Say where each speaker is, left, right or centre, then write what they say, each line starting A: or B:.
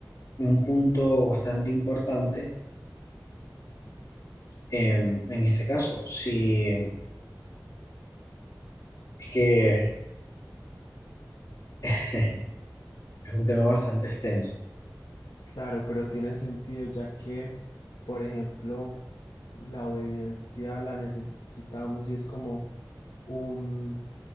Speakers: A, on the left; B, on the left.
A: un punto bastante importante em, en este caso. Sí, es que <laughs> es un tema bastante extenso.
B: Claro, pero tiene sentido ya que, por ejemplo, la obediencia la necesitamos y es como un,